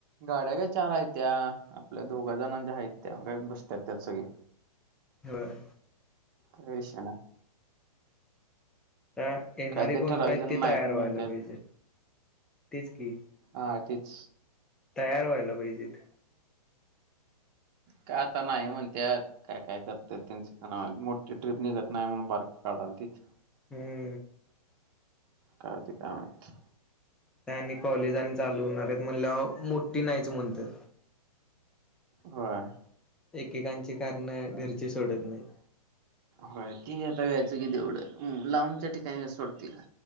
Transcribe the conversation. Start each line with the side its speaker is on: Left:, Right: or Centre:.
Right: गाड्या काय चार आहेत त्या आपल्या दोघा जणांच्या आहेत त्या काही बसत्यात त्यात सगळी.
Centre: वय.
Right: काय विशय नाही.
Centre: आ येणारे
Right: काय ते
Centre: कोण
Right: ठराविक
Centre: <unintelligible> आहेत
Right: जण
Centre: ते
Right: नाही
Centre: तयार
Right: पण म्हणतात
Centre: व्हायला पाहिजे तेच की.
Right: हा तेच.
Centre: तयार व्हायला पाहिजेेत.
Right: का आता नाही म्हणत्यात. काय काय करत्यात त्यांच त्यांना माहित मोठी ट्रीप निघत नाही म्हणून बारकी काढालतीत.
Centre: हम्म.
Right: काय होतय काय माहित.
Centre: आणि कॉलेज आणि चालू होणार आहेत म्हणल्यावर मोठी नाहीच म्हणत्यात.
Right: होय.
Centre: एकेकांची कारण घरचे सोडत नाहीत.
Right: होय ती आता घ्यायचं की तेवढं लांबच्या ठिकाणी तसं सोडतीला.